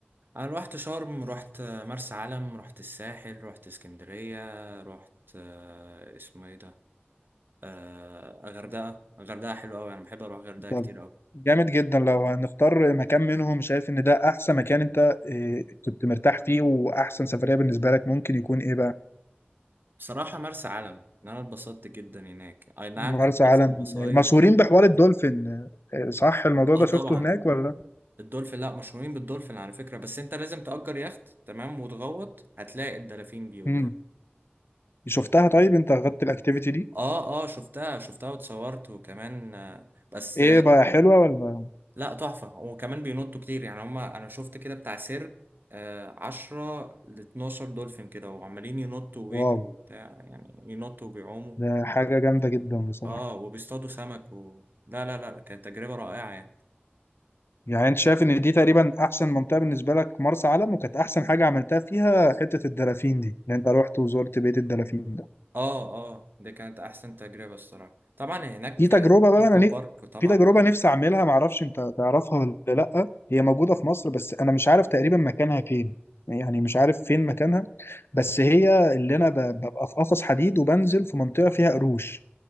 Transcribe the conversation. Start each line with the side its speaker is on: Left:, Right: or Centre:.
Right: انا روحت شرم روحت مرسى علم روحت الساحل روحت اسكندرية روحت آه، اسمه ايه ده آه، غردقة غردقة حلوة قوي انا بحب اروح غردقة
Left: طب
Right: كتير قوي
Left: جامد جدا لو هنختار مكان منهم شايف إن ده أحسن مكان أنت إيه، كنت مرتاح فيه وأحسن سفرية بالنسبة لك ممكن يكون إيه بقى؟
Right: بصراحة مرسى علم ان انا اتبسطت جدا هناك اي نعم
Left: مرسى
Right: كان
Left: علم
Right: حصل مصايب
Left: مشهورين بحوار الدولفين صح الموضوع
Right: اه
Left: ده
Right: طبعا
Left: شفته هناك ولا
Right: الدولفين لا مشهورين بالدولفين على فكرة بس انت لازم تأجر يخت تمام وتغوط هتلاقي الدلافين دي قدام
Left: امم شفتها طيب انت اخدت الاكتيفيتي دي
Right: اه اه شفتها شفتها واتصورت وكمان آه، بس
Left: ايه بقى حلوة ولا
Right: لا تحفة وكمان بينطوا كتير يعني هما أنا شفت كده بتاع سير عشرة لاتناشر دولفين كده وعمالين ينطوا ويجروا
Left: واو
Right: وبتاع يعني ينطوا وبيعوموا
Left: ده حاجة جامدة جدا بصراحة
Right: اه وبيصطادوا سمك و... لا لا لا كانت تجربة رائعة يعني
Left: يعني انت شايف ان دي تقريبا احسن منطقة بالنسبة لك مرسى علم وكانت احسن حاجة عملتها فيها حتة الدلافين دي اللي انت رحت وزرت بيت الدلافين ده.
Right: اه اه دي كانت أحسن تجربة الصراحة طبعا هناك
Left: في تجربة بقى
Right: الأكوا
Left: أنا
Right: بارك
Left: نف-
Right: طبعا
Left: في تجربة
Right: كان
Left: نفسي أعملها معرفش أنت تعرفها ولا لأ هي موجودة في مصر بس أنا مش عارف تقريبا مكانها فين يعني مش عارف فين مكانها بس هي اللي أنا ب- ببقى في قفص حديد وبنزل في منطقة فيها قروش